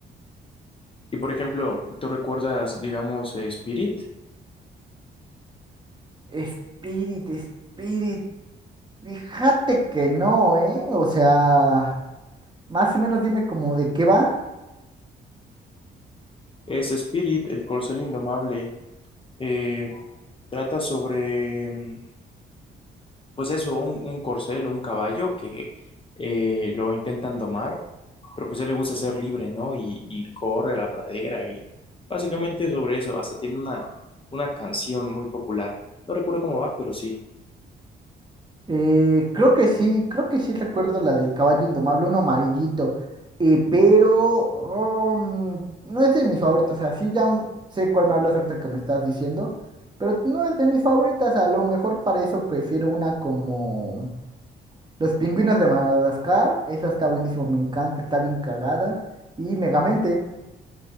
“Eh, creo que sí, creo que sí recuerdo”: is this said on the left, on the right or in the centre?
Right